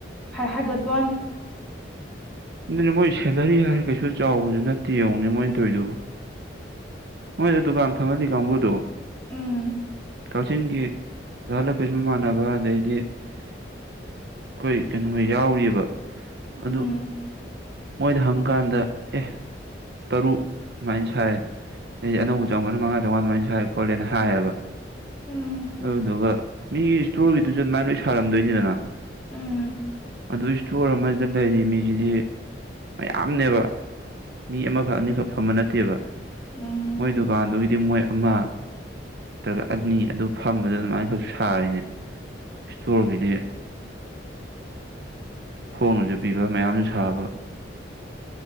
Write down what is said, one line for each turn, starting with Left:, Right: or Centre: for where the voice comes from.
Centre: ꯍꯥꯏꯒꯠꯄ
Right: ꯑꯗꯨꯅꯦ ꯃꯣꯏ ꯁꯦꯂꯔꯤ ꯍꯥꯏꯔ ꯀꯩꯁꯨ ꯆꯥꯎꯕꯁꯨ ꯅꯠꯇꯦ ꯌꯦꯡꯉꯨꯅꯦ ꯃꯣꯏꯅ ꯇꯧꯔꯤꯗꯨꯕꯨ ꯃꯣꯏꯗ ꯗꯨꯀꯥꯟ ꯐꯝꯍꯜꯂꯤ ꯀꯥꯡꯕꯨꯗꯣ
Centre: ꯎꯝ
Right: ꯀꯥꯛꯆꯤꯡꯒꯤ ꯗꯥ ꯂꯥꯄꯦꯁ ꯃꯃꯥꯟꯅꯕ ꯑꯗꯩꯗꯤ ꯑꯩꯈꯣꯏ ꯀꯩꯅꯣ ꯌꯥꯎꯔꯤꯕ
Centre: ꯎꯝ
Right: ꯑꯗꯨ ꯃꯣꯏꯗ ꯍꯪꯀꯥꯟꯗ ꯑꯦ ꯇꯔꯨꯛ ꯁꯨꯃꯥꯏꯅ ꯁꯥꯏ ꯑꯩꯁꯦ ꯑꯅꯧꯕ ꯆꯪꯉꯛꯄꯅ ꯃꯉꯥ ꯆꯧꯉꯥ ꯑꯗꯨꯃꯥꯏꯅ ꯁꯥꯏ ꯈꯣꯠꯂꯦꯅ ꯍꯥꯏꯌꯦꯕ
Centre: ꯎꯝ
Right: ꯑꯗꯨꯗꯨꯒ ꯃꯤꯒꯤ ꯏꯁꯇꯣꯔꯒꯤꯗꯨꯁꯨ ꯑꯗꯨꯃꯥꯏꯅ ꯂꯣꯏ ꯁꯥꯔꯝꯗꯣꯏꯅꯤꯗꯅ
Centre: ꯎꯝ
Right: ꯑꯗꯨ ꯏꯁꯇꯣꯔ ꯑꯃꯗ ꯂꯩꯔꯤ ꯃꯤꯁꯤꯗꯤ ꯃꯌꯥꯝꯅꯦꯕ ꯃꯤ ꯑꯃꯈꯛ ꯑꯅꯤꯈꯛ ꯐꯝꯕ ꯅꯠꯇꯦꯕ
Centre: ꯎꯝ
Right: ꯃꯣꯏ ꯗꯨꯀꯥꯟꯗꯨꯒꯤꯗꯤ ꯃꯣꯏ ꯑꯃ ꯅꯠꯇ꯭ꯔꯒ ꯑꯅꯤ ꯑꯗꯨ ꯐꯝꯕꯗ ꯑꯗꯨꯃꯥꯏ ꯅꯈꯣꯏꯁꯨ ꯁꯥꯔꯤꯅꯦ ꯏꯁꯇꯣꯔꯒꯤꯗꯤ
Centre: <inaudible>
Right: ꯍꯣꯡꯅꯁꯨ ꯄꯤꯕ ꯃꯌꯥꯝꯁꯨ ꯁꯥꯕ